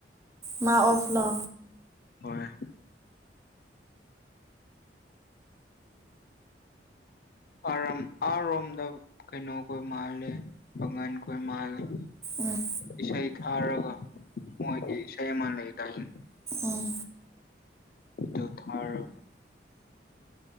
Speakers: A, on the right (about 15°); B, on the left (about 55°).
A: ꯃꯥ ꯑꯣꯐ ꯂꯣ
B: ꯍꯣꯏ ꯑꯔꯝ ꯑꯔꯣꯝꯗ ꯀꯩꯅꯣꯕꯨ ꯃꯥꯜꯂ‌ꯦ ꯃꯉꯥꯜ ꯀꯣꯏ ꯃꯥꯜꯂ‌ꯦ
A: ꯎꯝ
B: ꯏꯁꯩ ꯊꯥꯔꯒ ꯃꯣꯏꯒꯤ ꯏꯁꯩ ꯑꯃ ꯂꯩꯗꯥꯏꯅ‌ꯦ
A: ꯑꯥ
B: ꯗꯨ ꯊꯔ‌ꯣ